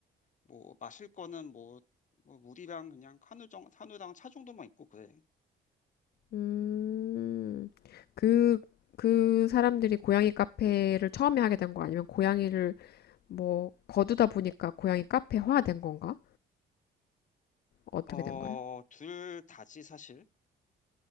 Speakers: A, on the left; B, on the left.
A: 뭐 마실 거는 뭐, 뭐 물이랑 그냥 한우정, 한우랑 차 정도만 있고 그래.
B: 음, 그, 그 사람들이 고양이 카페를 처음에 하게 된거 아니면 고양이를 뭐 거두다 보니까 고양이 카페화 된 건가? 어떻게
A: 어,
B: 된 거야?
A: 둘 다지 사실.